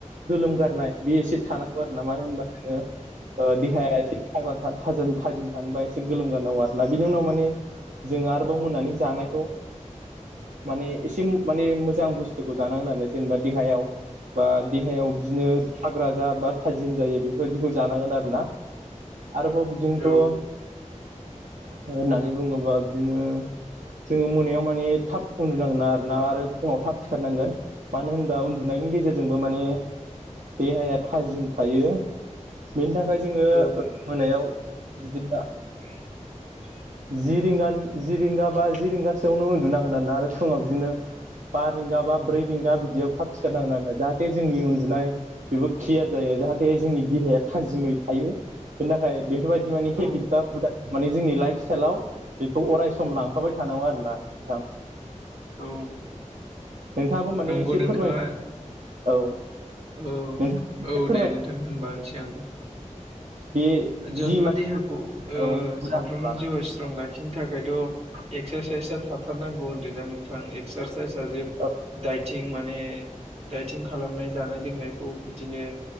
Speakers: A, on the right; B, on the right.
A: गोलोम गारनाय बे एसे थानांगौ आरो ना मानो होनबा नोङो‌ ओ-देहाया एसे थाग्रा थाजम थाजिम थानोबा एसे गोलोमगानांगौ आरोना बिनि उनाव माने जोङो आरोबाव मोनानि जानायखौ। माने एसे उम-माने मोजां बुस्थुखौ जानांगोन आरो जेनेबा देहायाव बा देहायाव बिदिनो थाग्रा जा बा थाजिम जायो बे। बेबायदिखौ जानांगोन आरोना आरोबाव बिदिनोथ।
B: औ
A: होननानै बुङोबा बिदिनो। जोङो मोनायाव माने थाब उन्दुनांगोन आरोना आरो फुङाव थाब सिखारनांगोन मानो होनबा उन दुनायनि गेजेरजोंबो माने देहाया थाजिम थायो। बेनि थाखाय ओ जोङो
B: औ
A: मोनायाव बिदिनो
B: <inaudible>
A: जि रिंगानि जि रिंगा बा जि रिंगासोआवनो उन्दुुनांगोन आरोना आरो फुङाव बिदिनो बा रिंगा बा ब्रै रिंगा बि दियाव थाब सिखारनांगोन आरोना जाहाथे जोंनि उन्दुनाय बेबो क्लियार जायो जाहाथे जोंनि देहाया थाजिमै थायो बेनि थाखाय बेफोरबायदि माने
B: औ
A: हेबिट बा हुदा माने जोंनि लाइफ स्टाइलाव बेखौ अराय सम लांफाबाय थानांगौ आरो ना नोंथां
B: औ
A: नोंथाङाबो माने
B: नंगौ
A: एसे
B: नोंथाङा
A: फोरमाय औ
B: औ
A: नोंथाङा एसे
B: औ
A: फोरमाय
B: दे नोंथां होनबानोसै आं
A: बे बिदि
B: जोंथ' देहाखौ
A: माने
B: ओ
A: औ हुदा
B: सानफ्रोमनि
A: लानानै
B: जिउआ स्ट्रं ला खिनो थाखायथ' एक्सारसाइसआ थाथारनांगौ होनदों ना नोंथां एक्सारसाइजा जे
A: औ
B: दाइथिं माने दाइथिं खालामनाय जानाय लोंनायखौ बिदिनो